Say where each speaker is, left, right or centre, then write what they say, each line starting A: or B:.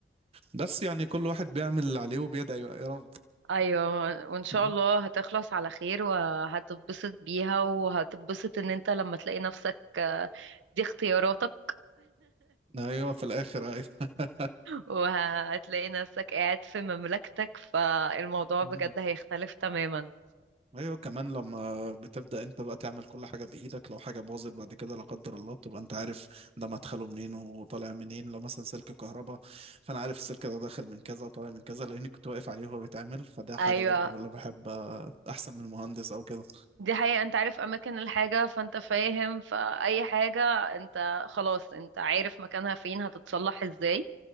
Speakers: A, on the right; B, on the right.
A: بس يعني كل واحد بيعمل اللي عليه وبيدعي بقى يا رب
B: ايوه وان شاء
A: <laughs>
B: الله هتخلص على خير وهتتبسط بيها وهتتبسط ان انت لما تلاقي نفسك دي اختياراتك <laughs>
A: ايوه في الاخر ايوه
B: وهتلاقي نفسك قاعد في مملكتك فالموضوع
A: <laughs>
B: بجد هيختلف تماما
A: ايوه كمان لما بتبدأ انت بقى تعمل كل حاجة بإيدك لو حاجة باظت بعد كده لا قدر الله بتبقى انت عارف ده مدخله منين وطالع منين لو مثلا سلك كهرباء فانا عارف السلك ده داخل من كذا وطالع من كذا لاني كنت واقف عليه وهو بيتعمل فده حاجة
B: ايوه
A: برضه ولا بحب آه، احسن من مهندس او كده
B: دي حقيقة انت عارف اماكن الحاجة فانت فاهم فاي حاجة انت خلاص انت عارف مكانها فين هتتصلح ازاي